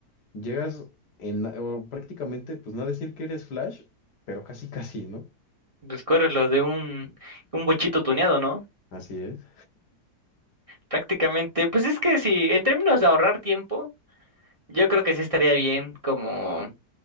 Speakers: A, on the left (about 85°); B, on the right (about 25°).
A: Llegas en, o prácticamente, pues no decir que eres Flash, pero casi casi, ¿no?
B: Pues corres lo de un, un bochito tuneado, ¿no?
A: Así es.
B: Prácticamente, pues es que si, en términos de ahorrar tiempo, yo creo que sí estaría bien, como,